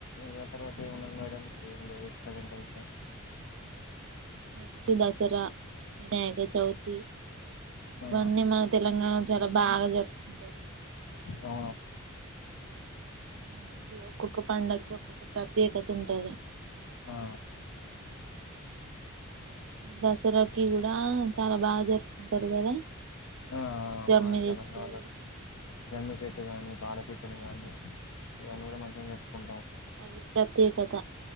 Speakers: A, on the left (about 70°); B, on the right (about 60°).
A: ఉగాది తర్వాత ఏమున్నది
B: ఏం
A: మేడం? ఏం లేదు ప్రజెంట్ అయితే.
B: నక్స్ట్ దసరా వినాయక చౌతి ఇవన్నీ
A: ఆ
B: మన తెలంగాణ చాల బాగ జరుపుకుంటారు.
A: ఆ
B: మంచిగ ఒకో. క్క పండక్కి ఒక్కొక్క ప్రత్యేకత ఉంటది.
A: ఆ
B: దసరాకి కూడ చాల బా జరుపుకుంటారు కదా!
A: ఆ
B: జమ్మి
A: మా
B: తీస్తారు.
A: తెలంగాణలో జమ్మి చెట్టు గాని, పాల పిట్టనీ గాని, ఇవన్నీ కూడ మంచిగనే జరుపుకుంటాం.
B: అవి ప్రత్యేకత.